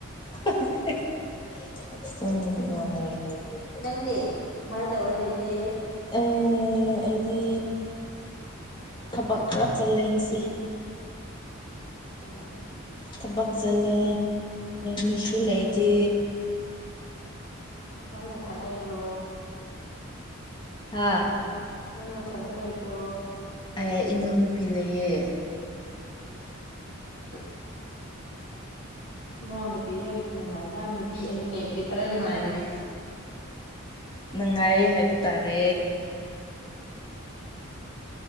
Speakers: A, on the left; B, on the left.
A: <inaudible>
B: ꯎ
A: ꯍꯣꯏ ꯍꯣꯏ ꯍꯣꯏ ꯍꯣꯏ
B: ꯅꯪꯗꯤ ꯀꯃꯥꯏꯅ ꯇꯧꯔ ꯂꯩꯒꯦ
A: ꯑꯩꯗꯤ ꯊꯕꯛ ꯈꯔ ꯆꯜꯂꯦꯁꯤ
B: ꯑꯣ
A: ꯊꯕꯥꯥꯛ ꯆꯂꯦ ꯃꯤꯁ꯭ꯔꯨ ꯂꯩꯥꯏꯇꯦ
B: ꯅꯪ ꯅꯊꯥꯟ ꯂꯩꯕ꯭ꯔꯣ
A: ꯍꯥ
B: ꯅꯪ ꯃꯊꯟꯇ ꯂꯩꯕ꯭ꯔꯣ
A: ꯑꯩ ꯏꯅꯥꯎꯅꯨꯄꯤ ꯂꯩꯌꯦ
B: ꯎꯝ ꯅꯅꯥꯎ ꯅꯨꯄꯤꯅ ꯅꯨꯡꯉꯥꯏꯅ ꯅꯨꯄꯤ ꯑꯅꯤ ꯂꯩꯕꯗꯤ ꯈꯔ ꯅꯨꯡꯉꯥꯏꯕꯅꯦ
A: ꯅꯨꯡꯉꯥꯏ ꯍꯥꯏꯕ ꯇꯥꯔꯦ
B: ꯎꯝ